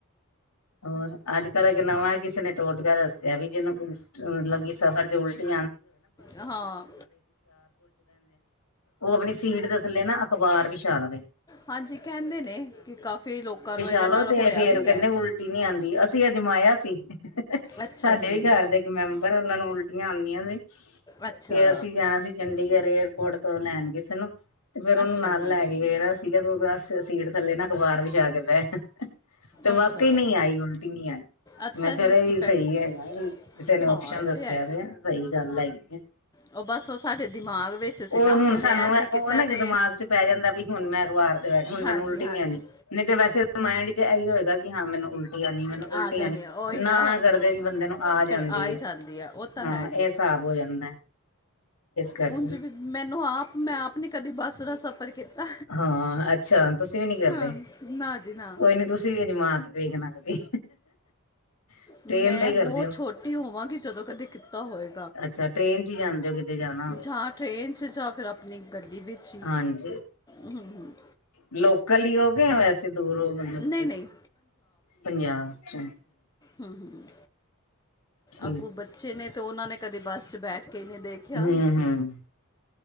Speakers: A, on the left; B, on the left.
A: ਹੋਰ ਅੱਜ-ਕੱਲ੍ਹ ਨਵਾਂ ਕਿਸੇ ਨੇ ਟੋਟਕਾ ਦਸਿਆ ਵੀ ਜਿਹਨੂੰ ਮਤਲਬ ਕਿ ਸਫ਼ਰ ਚ ਉਲਟੀ <inaudible>
B: ਹਾਂ
A: ਉਹ ਆਪਣੀ ਸੀਟ ਦੇ ਥੱਲੇ ਨਾ ਅਖ਼ਬਾਰ ਵਿਛਾ ਲਵੇ।
B: ਹਾਂਜੀ ਕਹਿੰਦੇ ਨੇ ਕਿ ਕਾਫ਼ੀ ਲੋਕਾਂ ਨੂੰ ਇਹਦੇ
A: ਚਲੋ
B: ਨਾਲ
A: ਤੇ
B: ਹੋਇਆ
A: ਫੇਰ
B: ਵੀ
A: ਕਹਿੰਦੇ
B: ਹੈ
A: ਉਲਟੀ ਨੀ ਆਉਂਦੀ ਅਸੀਂ ਅਜਮਾਇਆ ਸੀ।
B: ਅੱਛਾ
A: ਸਾਡੇ
B: ਜੀ
A: ਵੀ ਘਰ ਦੇ ਇੱਕ ਮੈਂਬਰ ਉਹਨਾ ਨੂੰ ਉਲਟੀਆਂ ਆਉਂਦੀਆਂ ਨੇ।
B: ਅੱਛਾ
A: ਕਿ ਅਸੀਂ ਜਾਣਾ ਸੀ ਚੰਡੀਗੜ੍ਹ ਏਅਰਪੋਰਟ ਤੋਂ ਲੈਣ ਕਿਸੇ ਨੂੰ ਤੇ ਫੇਰ ਉਹਨੂੰ
B: ਅੱਛਾ
A: ਨਾਲ
B: ਜੀ
A: ਲੈ ਕੇ ਗਏ ਸੀਗਾ ਤੂੰ ਸੀਟ ਥੱਲੇ ਨਾ ਅਖ਼ਬਾਰ ਵਿਛਾਕੇ ਬੈ ਤੇ ਵਾਕਈ
B: ਅੱਛਾ
A: ਨਹੀਂ ਆਈ ਉਲਟੀ ਨਹੀਂ ਆਈ
B: ਅੱਛਾ
A: ਮੈਂ ਕਿਹਾ
B: ਜੀ
A: ਚੱਲ ਇਹ ਵੀ
B: ਇਫੈਕਟ
A: ਸਹੀ ਹੈਗਾ ਕਿਸੇ ਨੇ ਆਪਓਸ਼ਨ
B: ਹਾਂ ਇਹ
A: ਦੱਸਿਆ
B: ਹੈ ਹੀ।
A: ਤੇ ਸਹੀ ਗੱਲ ਹੈਗੀ ਆ
B: ਉਹ ਬਸ ਉਹ ਸਾਡੇ ਦਿਮਾਗ ਵਿੱਚ
A: ਉਹ
B: ਸੀ ਨਾ
A: ਹੁਣ ਸਾਨੂੰ
B: ਇਹ ਅਸੀਂ ਕੀਤਾ
A: ਉਹ ਨਾ
B: ਤੇ
A: ਦਿਮਾਗ ਚ ਪੈ ਜਾਂਦਾ ਵੀ ਹੁਣ ਮੈਂ ਅਖਬਾਰ ਤੇ ਬੈਠ ਹੁਣ
B: ਹਾਂਜੀ
A: ਮੈਨੂੰ ਉਲਟਟੀ
B: ਹਾਂਜੀ
A: ਨਹੀਂ ਨੇ ਨਹੀਂ ਤੇ ਵੈਸੇ ਮਾਇੰਡ ਚ ਇਹੀ ਹੋਏਗਾ ਵੀ ਹਾਂ ਮੈਨੂੰ ਉਲਟ ਮੈਨੂੰ
B: ਆ
A: ਉਲਟੀਆਂ
B: ਜਾਣੀ
A: ਨਾ-ਨਾ
B: ਆ, ਉਹੀ ਨਾ
A: ਕਰਦੇ ਵੀ ਬੰਦੇ ਨੂੰ ਆ ਜਾਂਦੀ
B: ਫਿਰ ਹੀ
A: ਹੈ
B: ਜਾਂਦੀ ਆ ਉਹ ਤਾਂ
A: ਹਾਂ
B: ਹੈ
A: ਇਹ ਸਾਬ। ਹੋ ਜਾਂਦਾ। ਕਰਕੇ
B: ਉਝ ਵੀ ਮੈਨੂੰ ਆਪ ਮੈਂ ਆਪ ਨੇ ਕਦੀ ਬੱਸ ਦਾ ਸਫ਼ਰ ਕੀਤਾ
A: ਹਾਂ ਅੱਛਾ ਤੁਸੀਂ ਵੀ ਨੀ ਕਰਦੇ।
B: ਹਾਂ ਨਾ ਜੀ ਨਾ
A: ਕੋਈ ਨੀ ਤੁਸੀਂ ਵੀ ਅਜਮਾ ਕੇ ਵੇਖਨਾ ਕਦੀ ਟ੍ਰੇਨ
B: ਮੈਂ
A: ਦਾ ਹੀ
B: ਬਹੁਤ
A: ਕਰਦੇ ਹੋ
B: ਛੋਟੀ ਹੋਵਾਂਗੀ ਜਦੋਂ ਕਦੇ ਮੈਂ ਕੀਤਾ ਹੋਵੇ
A: ਅੱਛਾ ਟ੍ਰੇਨ ਚ ਹੀ ਜਾਂਦੇ ਹੋ ਕਿਤੇ ਜਾਣਾ ਹੋਵੇ।
B: ਜਾਂ ਟ੍ਰੇਨ ਚ ਜਾਂ ਫਿਰ ਆਪਣੀ ਗੱਡੀ ਵਿੱਚ।
A: ਹਾਂਜੀ
B: ਹਮ-ਹਮ।
A: ਲੋਕਲ ਹੀ ਹੋਗੇ ਜਾਂ ਵੈਸੇ ਦੂਰ ਹੋ ਮਤਲਬ,
B: ਨਹੀਂ ਨਹੀਂ
A: ਪੰਜਾਬ ਚ।
B: ਹਮ ਹਮ
A: ਠੀਕ
B: ਅੱਗੋਂ ਬੱਚੇ ਨੇ ਤੇ ਉਹਨਾਂ ਨੇ ਕਦੇ ਬੱਸ ਚ ਬੈਠ ਕੇ ਹੀ ਨਹੀਂ ਦੇਖਿਆ
A: ਹਮ ਹਮ